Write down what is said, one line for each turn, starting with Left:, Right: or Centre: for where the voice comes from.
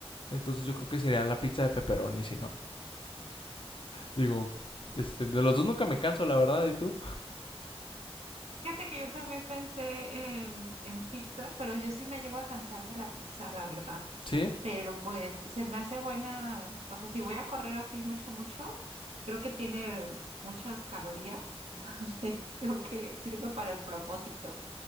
Left: entonces yo creo que sería la pizza de pepperoni, si no. Digo, este, de los dos nunca me canso, la verdad, ¿y tú?
Right: Fíjate que yo también pensé en, en pizza, pero yo sí me llego a cansar de la pizza, la verdad.
Left: ¿Sí?
Right: pero pues se me hace buena, o sea, si voy a correr así mucho, mucho, creo que tiene muchas calorías, <laughs> entonces creo que sirve para el propósito.